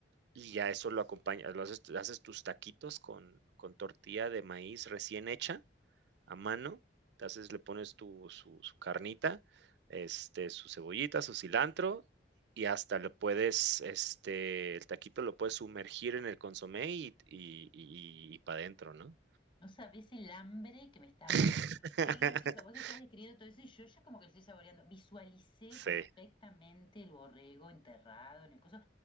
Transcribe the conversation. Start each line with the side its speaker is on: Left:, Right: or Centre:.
Right: y ya eso lo acompañas, lo haces, haces, tus taquitos con, con tortilla de maíz recién hecha a mano. Entonces le pones tu, su, su carnita, este, su cebollita, su cilantro y hasta le puedes, este, el taquito lo puedes sumergir en el consomé y, y, y, y para adentro, ¿no?
Left: no sabés el hambre que me está
Right: <laughs>
Left: dando. Qué gracioso. Vos estás describiendo todo eso y yo ya como que lo estoy saboreando. Visualicé perfectamente
Right: Sí,
Left: el borrego enterrado en el coso,